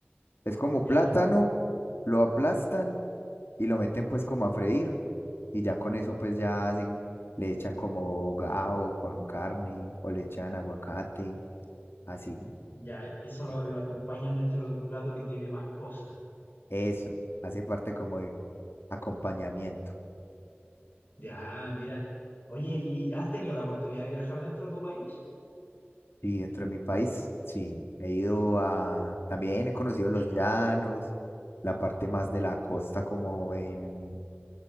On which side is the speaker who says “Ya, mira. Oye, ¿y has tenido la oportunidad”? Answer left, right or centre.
Left